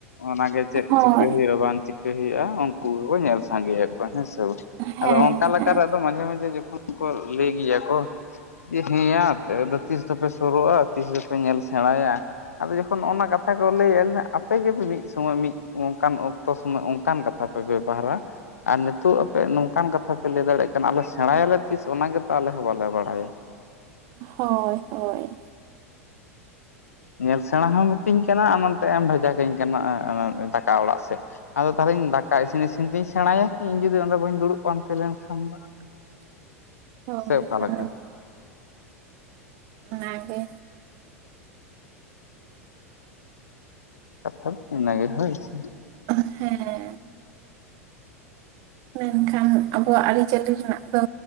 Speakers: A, on the left (about 80°); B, on the right (about 45°).
A: ᱚᱱᱟᱜᱮ ᱪᱮᱫ
B: ᱦᱳᱭ
A: ᱪᱤᱠᱟᱹ ᱦᱩᱭᱩᱜᱼᱟ ᱵᱟᱝ ᱪ ᱪᱤᱠᱟᱹ ᱦᱩᱭᱩᱜᱼᱟ ᱩᱱᱠᱩ ᱜᱮᱠᱚ ᱧᱮᱞ ᱥᱟᱸᱜᱮᱭᱟᱠᱚ ᱦᱮᱸ ᱥᱮ ᱵᱟᱝ
B: ᱦᱮᱸ
A: ᱟᱫᱚ ᱚᱠᱟᱞᱮᱠᱟᱨᱮ
B: ᱦᱮᱸ
A: ᱟᱫᱚ ᱢᱟᱡᱷᱮ ᱢᱟᱡᱷᱮ ᱡᱚᱠᱷᱚᱱ ᱠᱚ ᱞᱟᱹᱭ ᱜᱮᱭᱟ ᱠᱚ ᱡᱮ ᱦᱮᱸᱭᱟ ᱛᱤᱥ ᱫᱚᱯᱮ ᱥᱩᱨᱩᱜᱼᱟ ᱛᱤᱥ ᱫᱚᱯᱮ ᱧᱮᱞ ᱥᱮᱬᱟᱭᱟ ᱟᱫᱚ ᱡᱚᱠᱷᱚᱱ ᱚᱱᱟ ᱠᱟᱛᱷᱟ ᱠᱚ ᱞᱟᱹᱭᱟ ᱟᱯᱮᱜᱮᱯᱮ ᱢᱤᱫ ᱥᱚᱢᱚᱭ ᱢᱤᱫ ᱚᱱᱠᱟᱱ ᱛᱚ ᱥᱚᱢᱚᱭ ᱚᱱᱠᱟᱱ ᱠᱟᱛᱷᱟ ᱯᱮ ᱵᱮᱵᱚᱦᱟᱨᱟ ᱟᱨ ᱱᱤᱛᱚᱜ ᱟᱯᱮ ᱱᱚᱝᱠᱟᱱ ᱠᱟᱛᱷᱟ ᱯᱮ ᱞᱟᱹᱭ ᱫᱟᱲᱮᱭᱟᱜ ᱠᱟᱱᱟ ᱟᱞᱮ ᱥᱮᱬᱟᱭᱟᱞᱮ ᱛᱤᱥ ᱚᱱᱟ ᱜᱮᱛᱚ ᱟᱞᱮ ᱦᱚᱸ ᱵᱟᱞᱮ ᱵᱟᱲᱟᱭᱟ
B: ᱦᱳᱭ ᱦᱳᱭ
A: ᱧᱮᱞ ᱥᱮᱬᱟ ᱦᱚᱸ ᱢᱤᱛᱟᱹᱧ ᱠᱟᱱᱟ ᱟᱨ ᱱᱚᱛᱮᱢ ᱵᱷᱮᱡᱟ ᱠᱟᱹᱧ ᱠᱟᱱᱟ ᱫᱟᱠᱟ ᱚᱲᱟᱜ ᱥᱮᱫ ᱟᱫᱚ ᱛᱟᱦᱚᱞᱮ ᱫᱟᱠᱟ ᱤᱥᱤᱱ ᱤᱥᱤᱱ ᱛᱤᱧ ᱥᱮᱬᱟᱭᱟ ᱠᱤ ᱤᱧ ᱡᱩᱫᱤ ᱚᱸᱰᱮ ᱵᱟᱹᱧ ᱫᱩᱲᱩᱵ ᱯᱟᱱᱛᱮ ᱞᱮᱱᱠᱷᱟᱱ ᱫᱚ
B: <inaudible>
A: ᱥᱮ
B: ᱦᱳᱭ
A: ᱚᱠᱟ ᱞᱮᱠᱟ
B: ᱚᱱᱟ ᱜᱮ
A: ᱠᱟᱛᱷᱟ ᱫᱚ ᱤᱱᱟᱹᱜᱮ ᱦᱳᱭᱥᱮ
B: ᱟᱫᱚ ᱦᱮᱸ ᱢᱮᱱᱠᱷᱟᱱ ᱟᱵᱚᱣᱟᱜ ᱟᱹᱨᱤᱪᱟᱹᱞᱤ ᱨᱮᱱᱟᱜ ᱫᱚ